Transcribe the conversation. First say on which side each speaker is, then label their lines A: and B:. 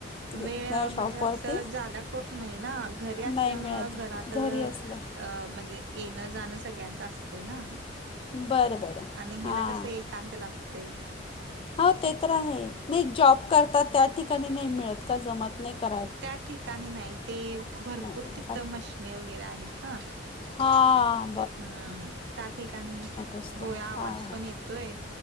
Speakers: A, on the left; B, on the right.
A: तिकडे
B: वेळ म्हणजे,
A: शॉपवरती
B: अस त जादा करून नही ना, घरी असल्यामुळं,
A: नाही मिळत
B: घरात अ
A: घरी असलं
B: म्हणजे येण जाणं सगळ्यांच असत ना,
A: बरं बरं
B: आणि ह्याला
A: हां
B: कस एक कांत लागतय
A: हो ते तर आहे, नाही जॉब करता त्या ठिकाणी नाही मिळत का, जमत नही का?
B: त्या ठिकाणी नाही ते, भरपूर
A: नाही
B: तित मशनी वगैरे आहेत ना
A: हा
B: हम्म, त्या ठिकाणी
A: असतो
B: होय आवाज
A: हां हां
B: पण येतोय